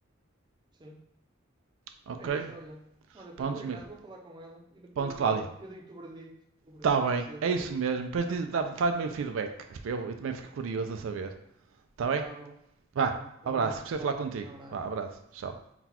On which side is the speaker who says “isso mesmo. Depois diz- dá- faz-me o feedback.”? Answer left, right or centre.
Right